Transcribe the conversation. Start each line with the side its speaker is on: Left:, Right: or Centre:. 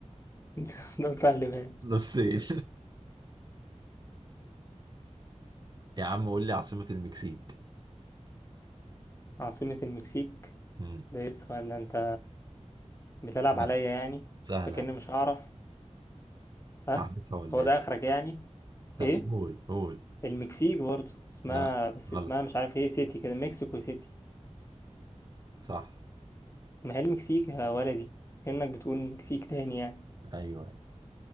Left: <laughs> انت قطع اللي بالك
Right: النصين <laughs> يا عم قول لي عاصمة المكسيك
Left: عاصمة المكسيك
Right: مم.
Left: ده ايه السؤال ده انت بتلعب
Right: لا،
Left: عليا يعني
Right: سهلة
Left: فكأني مش هعرف ها
Right: تعرفها ولا
Left: هو
Right: ايه
Left: ده اخرك يعني
Right: طب
Left: ايه
Right: قول قول
Left: المكسيك برضه اسمها
Right: لا
Left: بس
Right: غلط
Left: اسمها مش عارف ايه سيتي كده مكسيكو سيتي
Right: صح
Left: ما هي المكسيك يا ولدي كأنك بتقول مكسيك تاني يعني
Right: ايوه ايوه